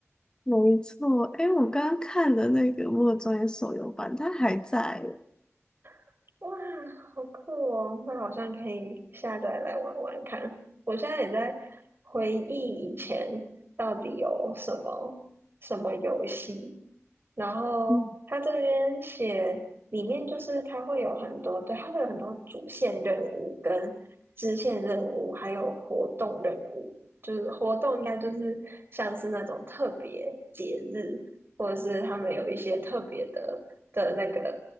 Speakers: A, on the left (about 15°); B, on the right (about 50°).
A: 没错，哎，我刚刚看的那个摩尔庄园手游版，它还在耶
B: <laughs> 哇，好酷哦！那好像可以下载来玩玩看。我现在也在回忆以前到底有什么什么游戏。然后他这边写里面就是他会有很多，
A: 嗯，
B: 对，他会有很多主线任务跟支线任务，还有活动任务。就是活动应该就是像是那种特别节日，或者是他们有一些特别的的那个